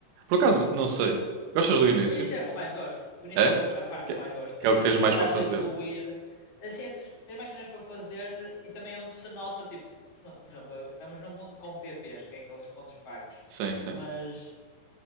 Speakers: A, on the right (about 80°); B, on the left (about 40°).
A: Por acaso, não sei. Gostas do início?
B: O início é o que eu mais gosto. O início
A: É?
B: é o que- a parte
A: Que,
B: que eu mais gosto.
A: que
B: É
A: é o
B: tipo,
A: que tens mais
B: é estás
A: para fazer?
B: a evoluir. Assim, é, tens, tens mais cenas para fazer e também onde se nota, tipo, se se não, por exemplo, agora estamos num mundo com PPs, que é aqueles pontos pagos.
A: Sim, sim,
B: Mas